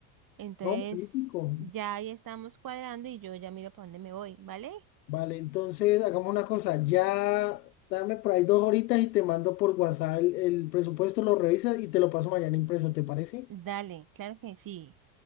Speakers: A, on the right; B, on the left.
A: Entonces,
B: No, magnífico.
A: ya ahí estamos cuadrando y yo ya miro para dónde me voy, ¿vale?
B: Vale, entonces hagamos una cosa. Ya dame por ahí dos horitas y te mando por WhatsApp el, el presupuesto, lo revisas y te lo paso mañana impreso, ¿te parece?
A: Dale, claro que sí.